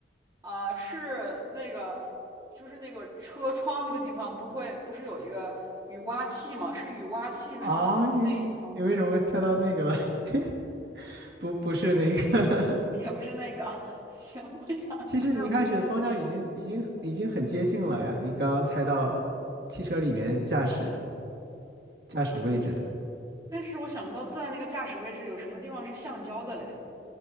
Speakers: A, on the right; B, on the right.
A: 啊、是那个就是那个车窗那个地方不会不是有一个雨刮器吗？是雨刮器上面的那一层，
B: 啊，你你你为什么会猜到那个了？<laughs> 不，不是那个。
A: <laughs>
B: <laughs>
A: 也不是那个。<laughs> 行，我想一下，
B: 其实你一开始方向已经已经已经很接近了呀。你刚刚猜到汽车里面驾驶驾驶位置的。
A: 但是我想不到坐在那个驾驶位置有什么地方是橡胶的嘞？